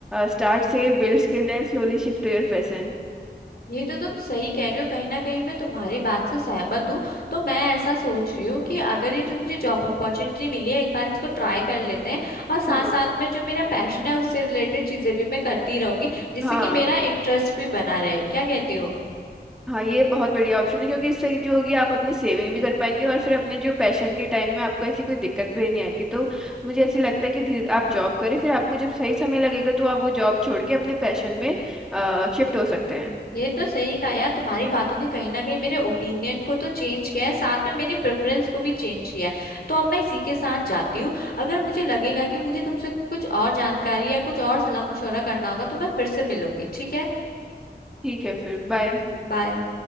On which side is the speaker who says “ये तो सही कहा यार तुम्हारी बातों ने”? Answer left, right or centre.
Left